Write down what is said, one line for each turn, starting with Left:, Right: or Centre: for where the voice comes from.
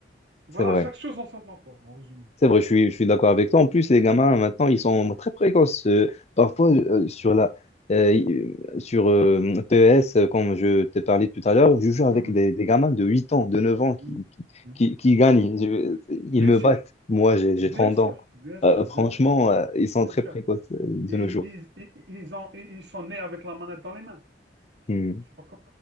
Right: Voilà,
Left: c'est vrai.
Right: chaque chose en son temps, quoi, en résumé.
Left: C'est vrai, je suis, je suis d'accord avec toi. En plus, les gamins, maintenant, ils sont très précoces. Euh, parfois, euh, sur
Right: Oui.
Left: la, euh, sur euh, PES, euh, comme je t'ai parlé tout à l'heure, je joue avec
Right: Mhm,
Left: des, des gamins de 8 ans, de 9 ans qui,
Right: mhm,
Left: qui,
Right: oui.
Left: qui, qui gagnent. Je- ils
Right: Bien
Left: me
Right: sûr,
Left: battent. Moi, j'ai j'ai
Right: bien
Left: 30
Right: sûr,
Left: ans.
Right: bien sûr,
Left: Euh, franchement,
Right: bien sûr,
Left: euh, ils sont
Right: bien
Left: très
Right: sûr.
Left: précoces euh, de
Right: Ils,
Left: nos jours.
Right: ils, ils, ils ont, ils ils sont nés avec la manette dans les mains.
Left: Hmm.
Right: C'est pas comme